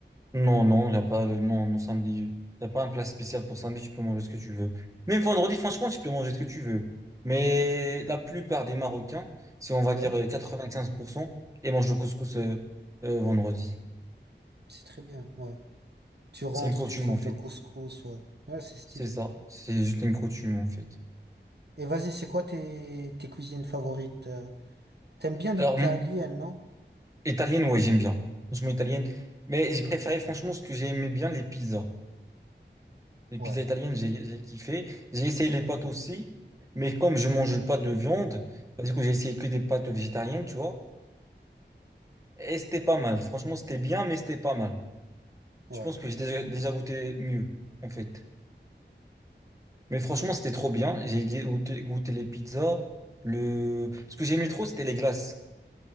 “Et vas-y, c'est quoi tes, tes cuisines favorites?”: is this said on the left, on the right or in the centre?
Right